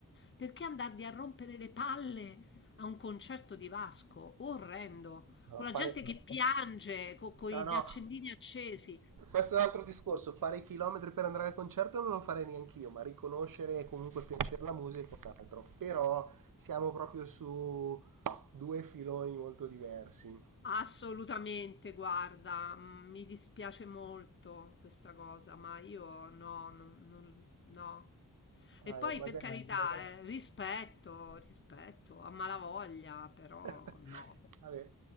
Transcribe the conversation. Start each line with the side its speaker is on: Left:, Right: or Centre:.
Left: Perché andarvi a rompere le palle a un concerto di Vasco? Orrendo,
Right: No,
Left: con la
Right: fare...
Left: gente che piange, con gli
Right: no, no.
Left: accendini accesi.
Right: Questo è un altro discorso. Fare i chilometri per andare al concerto non lo farei neanche io, ma riconoscere e comunque piacere la musica è un altro. Però siamo proprio su due filoni molto diversi.
Left: Assolutamente, guarda, mm, mi dispiace molto questa cosa, ma io no, non- non- no.
Right: Eh,
Left: E poi
Right: magari...
Left: per Eh, carità, eh, rispetto, rispetto, a malavoglia, però
Right: <laughs>
Left: no.
Right: Vabbè,